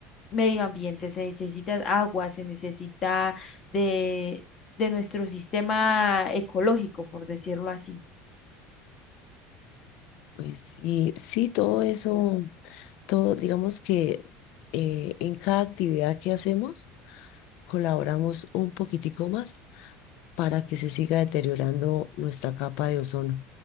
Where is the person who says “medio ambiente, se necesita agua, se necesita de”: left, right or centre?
Left